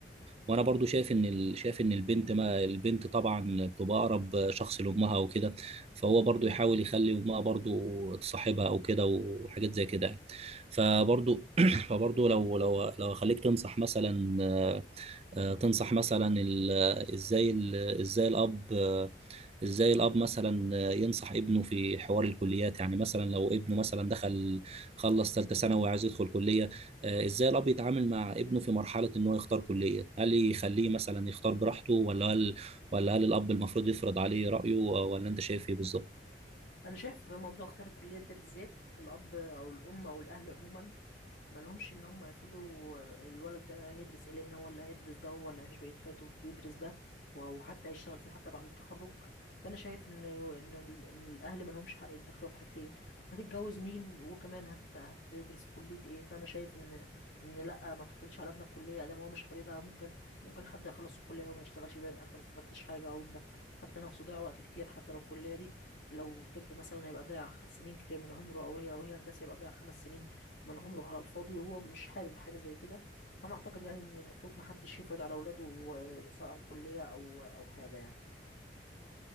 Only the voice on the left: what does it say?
أنا شايف موضوع اختيار الكليات ده بالذات الأب أو الأم أو الأهل عموما ما لهمش ان هم يفرضوا الولد ده هيدرس ايه لان هو اللي هيدرس ده وهو اللي هيعيش بقية حياته بيدرس ده وحتى هيشتغل فيه حتى بعد التخرج فانا شايف ان ان ال- ان الاهل ما لهمش حق يتدخلوا في حاجتين هتتجوز مين وكمان هت... هتدرس في كلية ايه فانا شايف ان ان لا ما تفرضش على ابنك كلية ادام هو مش حاببها ممكن ممكن حد يخلص الكلية وما يشتغلش بيها يبقى انت ما استفدتش حاجة او ابنك حتى نفسه ضيع وقت كتير حتى لو الكلية دي لو طب مثلا هيبقى ضيع سنين كتير من عمره او هي او هي هندسة يبقى ضيع خمس سنين من عمره على الفاضي وهو مش حابب حاجة زي كده فأنا أعتقد يعني إن المفروض محدش يفرض على أولاده آه، سواء كلية أو أو حاجة يعني